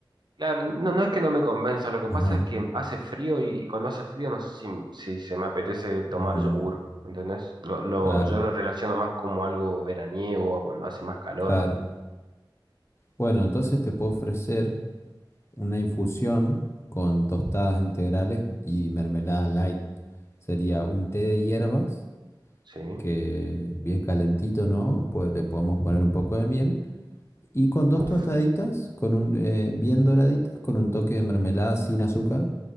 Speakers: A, on the right; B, on the left.
A: Claro, no, no es que no me convenza, lo que pasa
B: Ajá.
A: es que hace frío y, y cuando hace frío no sé si, si se me apetece tomar
B: Mm,
A: yogur, ¿me entendés? Lo, lo-
B: claro,
A: yo lo relaciono más como algo veraniego, a cuando hace más calor,
B: claro. Bueno, entonces te puedo ofrecer una infusión con tostadas integrales y mermelada light. Sería un té de hierbas
A: ¿sí?
B: que bien calentito, ¿no? Pues le podemos poner un poco de miel. Y con dos
A: Uf,
B: tostaditas, con un, eh, bien doraditas, con un toque de mermelada sin azúcar.